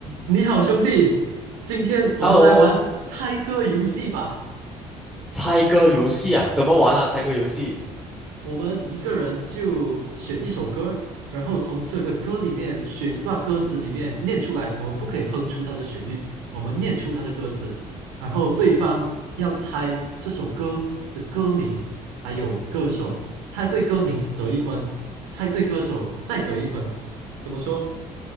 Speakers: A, on the right (about 75°); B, in the centre.
A: 你好，兄弟，今天我们来玩猜歌游戏吧。
B: Hello，猜歌游戏啊，怎么玩啊？猜歌游戏
A: 我们一个人就选一首歌，然后从这个歌里面选一段歌词里面念出来。我们不可以哼出它的旋律，我们念出它的歌词，然后对方要猜这首歌的歌名还有歌手，猜对歌名得一分，猜对歌手再得一分。怎么说？